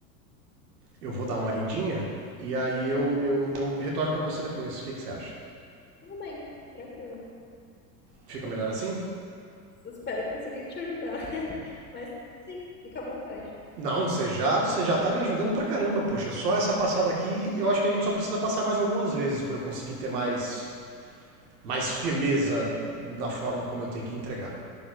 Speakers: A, on the right; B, on the left.
A: eu vou dar
B: Olha,
A: uma lidinha e aí
B: hum,
A: eu, eu, eu retorno para você depois. O que, que você acha?
B: tudo bem, tranquilo.
A: Fica melhor assim?
B: Eu espero conseguir te ajudar. <laughs> Mas sim, fica à vontade.
A: Não, você já, você já tá me ajudando pra caramba, poxa. Só essa passada aqui, eu acho que a gente só precisa passar mais algumas vezes para eu conseguir ter mais, mais firmeza na forma como eu tenho que entregar.